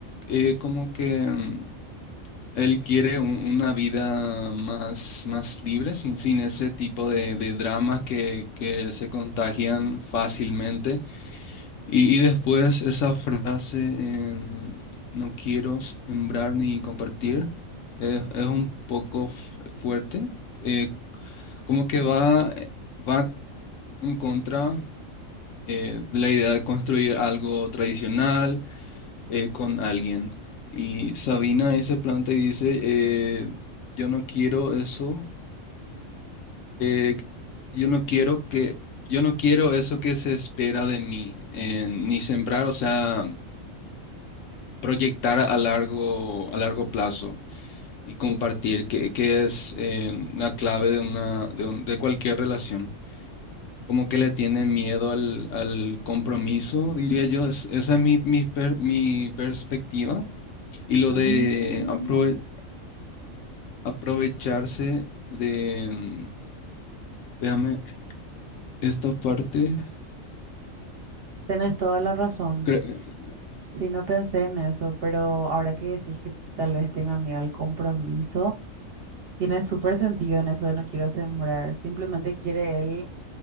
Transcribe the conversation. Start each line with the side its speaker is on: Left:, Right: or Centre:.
Left: eh, como que... em, él quiere un- una vida más, más libre, sin, sin ese tipo de, de dramas que, que se contagian fácilmente. Y, y después esa frase, en, no quiero sembrar ni compartir, es, es un poco fu- fuerte, eh, como que va, va en contra eh, de la idea de construir algo tradicional eh, con alguien. Y Sabina ahí se planta y dice, eh, yo no quiero eso, eh, yo no quiero que, yo no quiero eso que se espera de mí, eh, ni sembrar, o sea, proyectar a largo, a largo plazo y compartir, que, que es eh, la clave de una, de un- de cualquier relación. Como que le tiene miedo al, al compromiso, diría yo. es- esa es mi, mi per- mi perspectiva. Y lo
Right: Mm,
Left: de aprove- aprovecharse de, mm, déjame, esta parte,
Right: Tienes toda la razón.
Left: cre-
Right: Sí, no pensé en eso, pero ahora que decís que tal vez tenga miedo al compromiso, tiene súper sentido en eso de no quiero sembrar. Simplemente quiere él